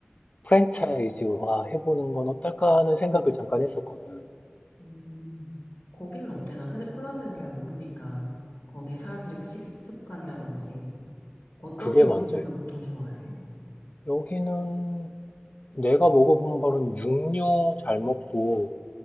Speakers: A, on the left; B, on the left.
A: 프랜차이즈화 해보는 건 어떨까 하는 생각을 잠깐 했었거든.
B: 음, 거기는 어때? 나 사실 폴란드는 잘 모르니까, 거기에 사람들의 식습관이라든지, 어떤
A: 그게
B: 음식들을
A: 먼저일 거야.
B: 보통 좋아해?
A: 여기는 내가 먹어본 바로는 육류 잘 먹고,